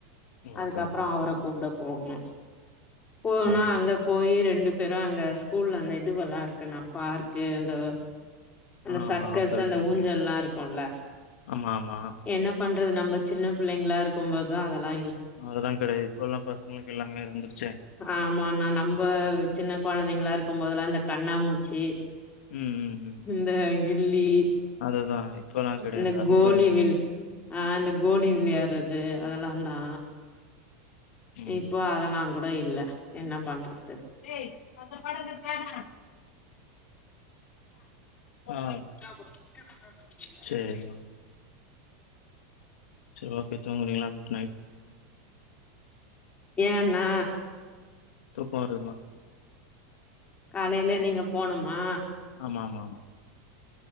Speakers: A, on the left; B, on the left.
A: அதுக்கப்புறோ
B: ஓகே ஓகே ஓகே
A: அவர
B: மேம்
A: கூப்ட போகணு போனா
B: சரி
A: அங்க
B: சரி சரி
A: போயி ரெண்டு பெரு அங்க ஸ்கூல்ல அந்த இதுவெல்லா இருக்கு நா பார்க்கு அந்த அந்த
B: ஆ
A: சர்க்கஸ்
B: ஆ ஓகே ஓகே
A: அந்த
B: ஓகே
A: ஊஞ்சல்லா இருக்குல்ல
B: ஆமா ஆமா
A: என்ன பண்றது நம்ம சின்ன பிள்ளைங்களா இருக்கும்போதா அதெல்லா
B: அதெல்லா கெடயாது இப்ப உள்ள பசங்களுக் எல்லாமே இருந்துருச்சே
A: ஆமாணா நம்ப சின்ன கொழந்தைங்களா இருக்கும் போதுல்லா இந்த கண்ணாமூச்சி
B: ம் ம் ம்
A: இந்த கில்லி
B: அதுதா இப்பல்லா கெடையாது
A: இந்த
B: அது
A: கோலி
B: கூட இல்ல
A: விள் ஆ இந்த கோலி விள்யாறது அதெல்லா தா
B: ம்
A: இப்போ அதெல்லாம் கூட இல்ல என்ன பண்றது
B: எய அ படக்க ஜ <unintelligible> ஆ
A: ாபம் <unintelligible>
B: சரிம்மா சரி ஓகே தூங்குறீங்ளா குட் நைட்
A: ஏன்னா
B: போய் பாரு இல்னா
A: காலையில நீங்க போனுமா
B: ஆமாம் ஆமாம் ஆமாம்